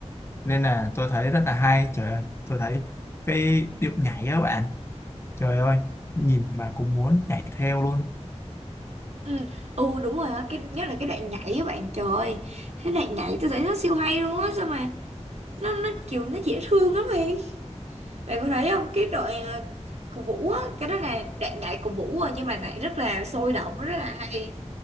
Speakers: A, on the left; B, on the right.
A: nên là tôi thấy rất là hay trời ơi tôi thấy cái điệu nhảy á bạn trời ơi nhìn mà cũng muốn nhảy theo luôn
B: ừ, ừ đúng rồi á cái nhất là cái đoạn nhảy á bạn trời ơi, cái đoạn nhảy tôi thấy nó siêu hay luôn á sao mà nó nó kiểu nó dễ thương lắm bạn bạn có thấy không cái đoạn à, của Vũ á cái đó là đoạn nhảy của Vũ rồi nhưng mà lại rất là sôi động rất là hay